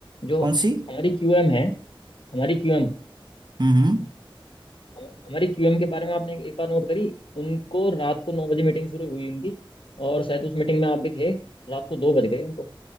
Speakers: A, on the left; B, on the right.
A: जो
B: कौन सी
A: हमारी क्यूएम है हमारी क्यूएम
B: हम्म
A: हमारी क्यूएम के बारे में आपने एक बार नोट करी उनको रात को नौ बजे मीटिंग शुरू हुई उनकी और शायद उस मीटिंग में आप भी थे रात को दो बज गए उनको